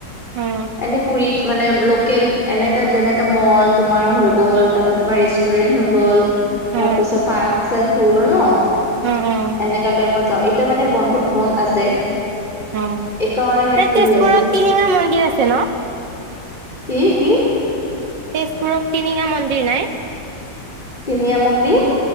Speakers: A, on the right; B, on the left.
A: অ
B: এনে পুৰিত। মানে লোকেল এনেকা যেনেকা মল তোমাৰ হৈ গ'ল তাৰপৰা তোমাৰ ৰেষ্টুৰেন্ট হৈ গ'ল। তাৰ
A: অ
B: পিছত পাৰ্ক চাৰক হৈ গল ন
A: অ অ
B: এনেকা টাইমত যাও এতিয়া মানে বন্ধ। <unintelligible> বন্ধ আছে।
A: অ'
B: এইকাৰণে মানে ফুৰি
A: তেজপুৰত
B: আছো
A: টিলিঙা মন্দিৰ আছে ন?
B: কি কি?
A: তেজপুৰত টিলিঙা মন্দিৰ নাই।
B: টিলিঙা মন্দিৰ।